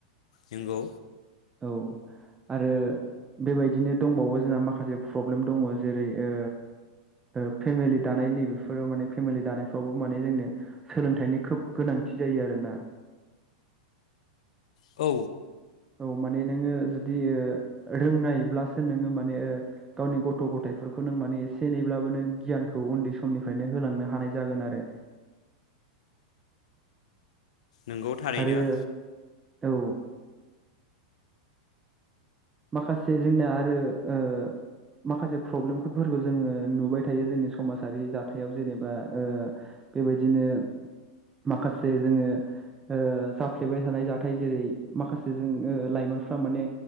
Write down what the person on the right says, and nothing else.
औ आरो बेबायदिनो दंबावो। जोंहा माखासे प्रब्लेम दङ जेरै ओ ओ फेमिलि दानाय नैबेफोराव माने फेमिलि दानायफ्रावबो माने जोंनो सोलोंथाइनि खोब गोनां मिथि जायो आरो ना
औ माने नोङो जुदि रोंनायब्लासो नोङो मा माने गावनि गथ' गथायफोरखौ नों माने एसे एनैब्लाबो नों गियानखौ उन्दै समनिफ्रायनो होलांनो हानाय नाय जागोन आरो
आरो औ माखासे जोंनाया आरो ओ माखासे प्रब्लेमफोरखौ जोङो नुबाय थायो जोंनि समाजारि जाथायाव जेनेबा ओ बेबायदिनो माखासे जोङो ओ जाफ्लेबाय थानाय जाथाय जेरै माखासे जोङो ओ लाइमोन फ्रा माने